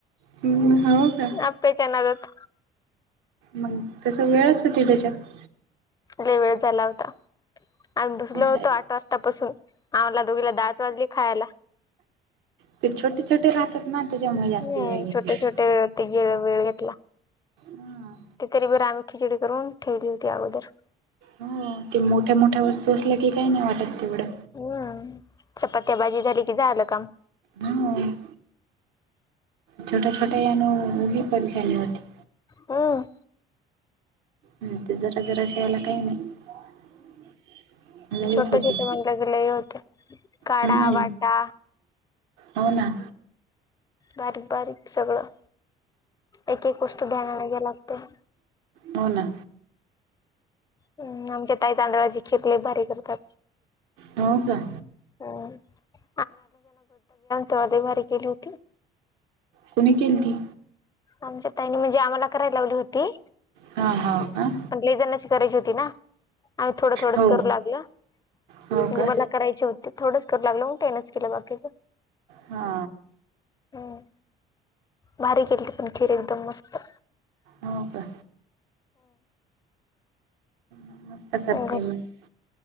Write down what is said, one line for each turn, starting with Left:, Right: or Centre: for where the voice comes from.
Right: हम्म हो का
Left: अप्प्याच्या नादात
Right: मग तस वेळच होती त्याच्यात
Left: लय वेळ झाला होता आम्ही बसलो
Right: मग काय
Left: होतो आठ वाजतापसून आम्हाला दोघीला दहाच वाजली खायला
Right: ते <inaudible> छोटे छोटे रा <unintelligible> ना त्याच्यामुळे जास्ती
Left: हम्म
Right: वेळ घेते
Left: छोटे
Right: ती
Left: छोटे त <unintelligible> ग वेळ घेतला
Right: हा
Left: <unintelligible> तरी बर आम्ही खिचडी करून ठेवली होती अगोदर
Right: हो ते मोठ्या -मोठ्या वस्तू असल्या की काही नाही वाटत तेवढं
Left: हम्म चपात्या भाजी झाली की झालं काम
Right: होय <inaudible> छोट्या- छोट्या <inaudible> या न परेशानी होती
Left: होय
Right: होय ते जरा- जरा शयायला काही नाही <inaudible> लगेच
Left: छोटे-छोटे
Right: होती
Left: वांग्याच लय होत काढा
Right: हम्म
Left: वाटा
Right: हो ना
Left: बारीक-बारीक सगळं एक -एक गोष्ट ध्यान द्याव लागतं.
Right: हो ना
Left: हम्म आमच्या ताई तांदळाची खीर लय भारी करतात.
Right: हो का
Left: हम्म <unintelligible> तवा लय भारी केली होती.
Right: कोणी केलती?
Left: आमच्या ताईने म्हणजे आम्हाला करायला लावली होती.
Right: हा हाव का?
Left: पण लय जणाची करायची होती ना आम्ही थोडं थोडंच
Right: हो
Left: करू लागल म्हणजे
Right: हो का
Left: मला करायची होती थोडंच करू लागल मग त्यानीच केलं बाकीच.
Right: हा
Left: हम्म भारी केली होती पण खीर एकदम मस्त
Right: हो का? मस्त करते
Left: घट
Right: मग